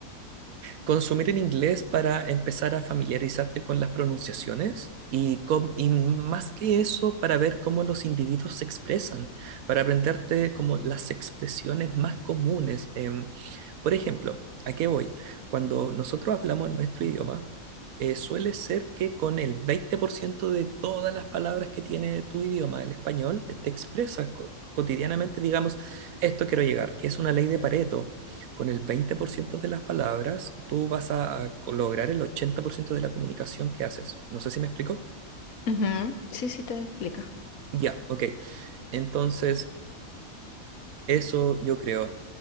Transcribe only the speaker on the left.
Ujú, Sí, sí te explica.